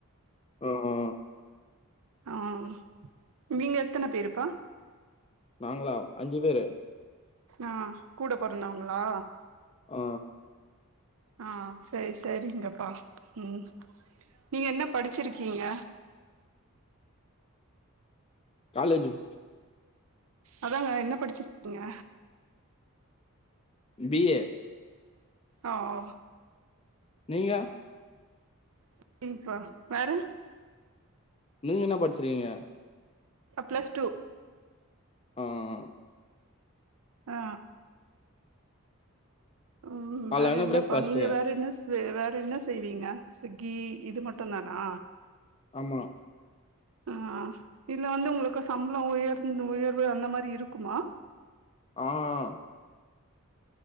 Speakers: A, on the left (about 25°); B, on the right (about 75°).
A: ஆ ஆ
B: ஆம் நீங்க எத்தன பேருப்பா
A: நாங்ளா அஞ்சு பேரு
B: ஆ கூட பொறந்தவங்ளா
A: ஆ
B: ஆ சரி சரிங்கப்பா ம் நீங்க என்ன படிச்சிருக்கீங்க
A: காலேஜு ம்
B: அதாங்க என்ன படிச்சிரு கிங்க
A: பி ஏ
B: ஓ ஓ
A: நீங்க
B: சரிப்பா வேற
A: நீங்க என்ன படிச்சிருக்கீங்க?
B: பிளஸ் டு
A: ஆஆ
B: ஆ ம்
A: காலையான
B: வேற என்னப்பா
A: பிரேக்ஃபாஸ்ட்டு.
B: நீங்க வேற என்ன வேற என்ன செய்வீங்க சுஸ்விக்கி இது மட்டுந்தானா
A: ஆமா
B: அ இல்ல வந்து உங்களுக்கு சம்பளோ உயர்ந்து உயர்வு அந்த மாரி இருக்குமா
A: ஆ அ